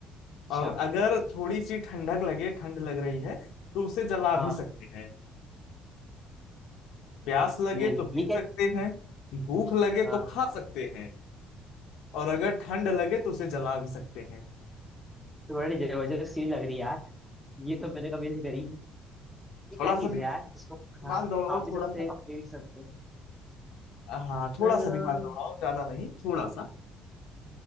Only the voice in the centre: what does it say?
अच्छा
हाँ
यार
ये क्या
हाँ
तो बड़ी जबरदस्त चीज लग रही है यार ये तो मैंने कभी ऐसे करी नहीं ये क्या
चीज
है यार जिसको खा
खा
भी
सकते
हैं पी भी सकते हैं
अम्म,